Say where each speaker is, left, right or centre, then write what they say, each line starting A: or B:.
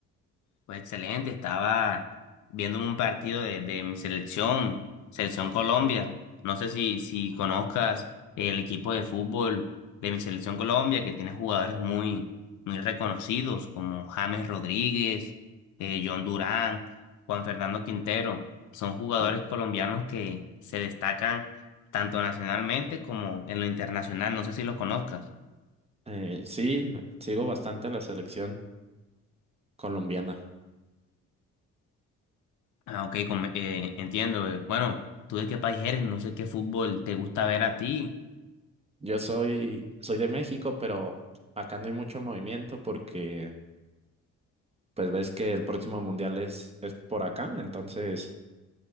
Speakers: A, on the left; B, on the right.
A: Pues excelente, estaba viéndome un partido de, de mi selección, Selección Colombia. No sé si, si conozcas el equipo de fútbol de mi Selección Colombia, que tiene jugadores muy, muy reconocidos como James Rodríguez, eh, John Durán, Juan Fernando Quintero. Son jugadores
B: Mm.
A: colombianos que se destacan tanto nacionalmente como en lo internacional. No sé si los conozcas.
B: Eh, sí, me- sigo bastante a la selección colombiana.
A: Ah, ok, come- eh, entiendo. eh. Bueno, tú de qué país eres, no sé qué fútbol te gusta ver a ti.
B: Yo soy, soy de México, pero acá no hay mucho movimiento porque pues ves que el próximo mundial es, es por acá, entonces